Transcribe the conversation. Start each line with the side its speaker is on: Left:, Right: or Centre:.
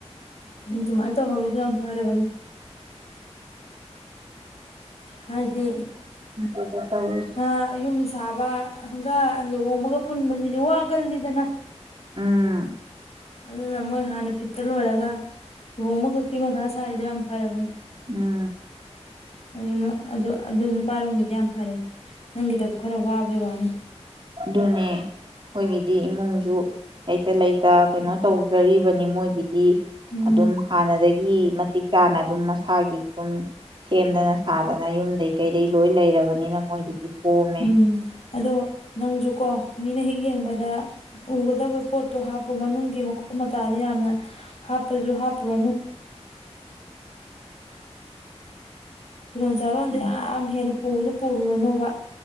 Left: ꯎꯝ ꯁꯨꯃꯥꯏꯅ ꯇꯧꯍꯧꯔꯤꯗꯣ ꯌꯥꯝ ꯐꯔꯕꯅꯤ ꯍꯥꯏꯗꯤ
Right: ꯑꯗꯨꯗ ꯇꯧꯔꯤꯁꯦ
Left: ꯑ ꯌꯨꯝ ꯁꯥꯕ ꯍꯪꯒꯥ ꯂꯨꯍꯣꯡꯃꯒ ꯄꯨꯟꯕꯕꯁꯤꯗꯤ ꯋꯥꯒꯜꯂꯤꯗꯅ
Right: ꯎꯝ
Left: ꯑꯗꯨꯅ ꯃꯣꯏ ꯍꯥꯟꯅ ꯐꯤꯠꯇ ꯂꯣꯏꯔꯒ ꯂꯨꯍꯣꯡꯕ ꯈꯛꯀꯤ ꯃꯊꯥ ꯁꯥꯏꯗꯨꯣ ꯌꯥꯝ ꯐꯔꯕꯅꯤ
Right: ꯎꯝ
Left: ꯑꯗꯨꯅ ꯑꯗꯨ ꯑꯗꯨ ꯅꯨꯄꯥꯔꯣꯝꯒꯤꯗꯤ ꯌꯥꯝ ꯐꯔꯦ ꯅꯪꯒꯤꯗꯕꯨ ꯈꯔ ꯋꯥꯕꯩ ꯋꯥꯅꯤ
Right: ꯑꯗꯨꯅꯦ ꯑꯩꯈꯣꯏꯒꯤꯗꯤ ꯏꯃꯨꯡꯖꯨ ꯂꯩꯇ ꯂꯩꯇ ꯀꯩꯅꯣ ꯇꯧꯖꯔꯤꯕꯅꯤ ꯃꯣꯏꯒꯤꯗꯤ꯫
Left: ꯎꯝ
Right: ꯑꯗꯨꯝ ꯍꯥꯟꯅꯗꯒꯤ ꯃꯇꯤꯛ ꯆꯥꯅ ꯑꯗꯨꯝ ꯃꯁꯥꯒꯤ ꯁꯨꯝ ꯁꯦꯝꯗꯅ ꯁꯥꯗꯅ ꯌꯨꯝꯗꯩ ꯀꯩꯗꯩ ꯂꯣꯏ ꯂꯩꯔꯕꯅꯤꯅ ꯃꯣꯏꯒꯤꯗꯤ ꯀꯣꯝꯃꯦ
Left: ꯎꯝ ꯑꯗꯣ ꯅꯪꯁꯨꯀꯣ ꯃꯤꯅ ꯍꯦꯛ ꯌꯦꯡꯕꯗ ꯎꯒꯗꯕ ꯄꯣꯠꯇꯣ ꯍꯥꯞꯄ ꯃꯅꯨꯡꯒꯤ ꯃꯈꯨ ꯃꯇꯥꯗ ꯌꯥꯝꯅ ꯍꯥꯞꯄꯁꯨ ꯍꯥꯞꯄꯨꯔꯅꯨ ꯐꯤꯔꯣꯟ ꯆꯥꯔꯣꯟꯗꯤꯦ
Right: ꯈꯪꯗꯦ
Left: ꯌꯥꯝ ꯍꯦꯟꯅ ꯄꯨꯕꯗ ꯄꯨꯔꯨꯔꯅꯨ ꯋꯥ